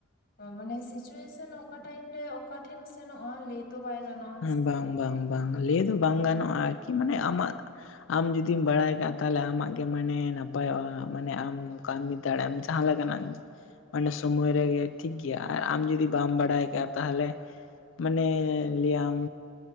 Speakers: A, on the left (about 45°); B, on the left (about 75°).
A: ᱢᱟᱱᱮ ᱥᱤᱪᱩᱭᱮᱥᱟ. ᱱ ᱚᱠᱟ ᱴᱟᱭᱤᱢ ᱨᱮ ᱚᱠᱟᱴᱷᱮᱱ ᱥᱮᱱᱚᱜ-ᱟ ᱞᱮᱴ ᱛᱚ ᱵᱟᱭ ᱜᱟᱱᱚᱜ-ᱟ
B: ᱮ ᱵᱟᱝ ᱵᱟᱝ ᱵᱟᱝ ᱞᱟᱹᱭ ᱫᱚ ᱵᱟᱝ
A: ᱦᱳᱭ
B: ᱜᱟᱱᱚᱜ-ᱟ ᱟᱨᱠᱤ ᱢᱟᱱᱮ ᱟᱢᱟᱜ ᱟᱢ ᱡᱩᱫᱤᱢ ᱵᱟᱲᱟ ᱟᱠᱟᱜ ᱛᱟᱦᱚᱞᱮ ᱟᱢᱟᱜ ᱜᱮ ᱢᱟᱱᱮ ᱱᱟᱯᱟᱭᱚᱜ-ᱟ ᱢᱟᱱᱮ ᱟᱢ ᱠᱟᱹᱢᱤ ᱫᱟᱲᱮ ᱟᱢ ᱡᱟᱦᱟᱸ ᱞᱮᱠᱟᱱᱟᱜ ᱠ.... ᱢᱟᱱᱮ ᱥᱚᱢᱚᱭ ᱨᱮᱜᱮ ᱴᱷᱤᱠ ᱜᱮᱭᱟ ᱟᱨ ᱟᱢ ᱡᱩᱫᱤ ᱵᱟᱢ ᱵᱟᱲᱟᱭ ᱟᱠᱟᱜ-ᱟ ᱛᱟᱦᱚᱞᱮ ᱢᱟᱱᱮ ᱞᱟᱹᱭᱟᱢ